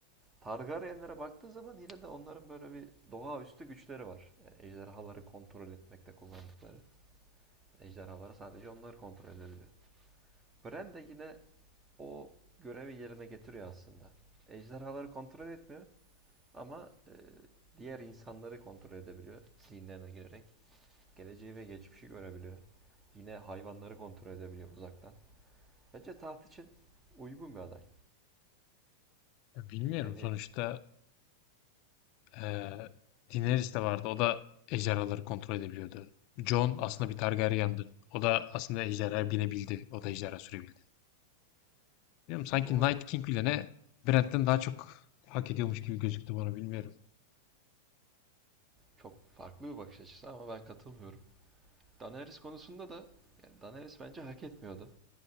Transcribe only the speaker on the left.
Ya Bilmiyorum
sonuçta eee Daenerys de vardı. O da ejderhaları kontrol edebiliyordu. Jon aslında bir Targaryen'dı. O da aslında ejderha binebildi. O da ejderha sürebildi. Bilmiyorum, sanki
Night King bile ne Brent'ten daha çok hak ediyormuş gibi gözüktü bana bilmiyorum.